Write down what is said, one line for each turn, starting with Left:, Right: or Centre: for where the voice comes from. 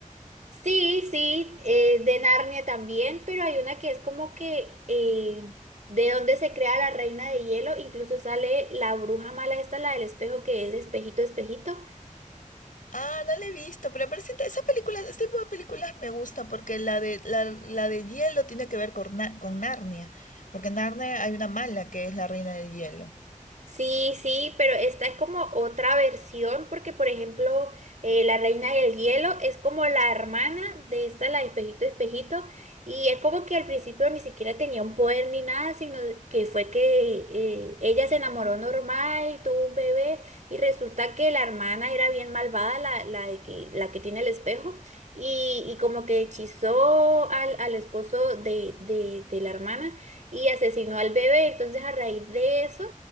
Right: Sí, sí, eh, de Narnia también, pero hay una que es como que eh, de donde se crea la reina de hielo, incluso sale la bruja mala esta, la del espejo, que es espejito, espejito.
Left: Ah, no la he visto, pero parece inte- esa película, este tipo de películas me gusta porque la de, la, la de hielo tiene que ver con, Na- con Narnia, porque en Narnia hay una mala que es la reina del hielo.
Right: Sí, sí, pero esta es como otra versión porque, por ejemplo, eh, La Reina del Hielo es como la hermana de esta, la de Espejito Espejito, y es como que al principio ni siquiera tenía un poder ni nada, sino que fue que eh, ella se enamoró normal y tuvo un bebé, y resulta que la hermana era bien malvada, la, la de que, la que tiene el espejo, y, y como que hechizó al, al esposo de, de de la hermana y asesinó al bebé, entonces a raíz de eso